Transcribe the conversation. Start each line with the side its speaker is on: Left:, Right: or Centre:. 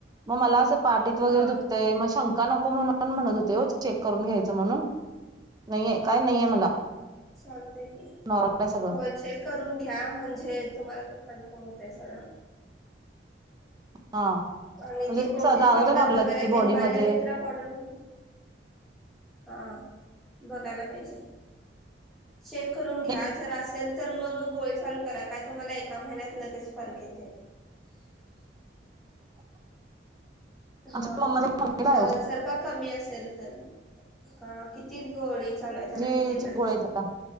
Right: मला अस पटीत वगैरे
Centre: हा
Right: दुखतंय मग शंका का नको म्हणून म्हणत होते हो चेक करून घ्यायचं म्हणून नाहीे काय नाही आहे मला
Centre: चालते की
Right: नॉर्मल आहे सगळं
Centre: होय चेक करून घ्या म्हणजे तुम्हाला कन्फर्म होतय सोडा.
Right: हा
Centre: आणि
Right: म्हणजे
Centre: ते
Right: जसं
Centre: प्रोटीन
Right: जाणवतं
Centre: पावडर
Right: ना आपल्याला
Centre: वगैरे
Right: की
Centre: ते
Right: बॉडीमध्ये
Centre: बाल्यमित्रा पावडर म्हणून हा बघायला पाहिजे. चेक करून
Right: नाही,
Centre: घ्या जर असेल तर मग गोळ चालू करा काय तुम्हाला एका महिन्यात लगेच फरक येतोय. <inaudible>
Right: आमच्या
Centre: हा
Right: मम्माच्या मम्मीला
Centre: ज
Right: आहे हो,
Centre: जर का कमी असेल तर हा किती गोळी चालू आहे त्यांना
Right: जी
Centre: किती एममची.
Right: गोळी आहे तिला,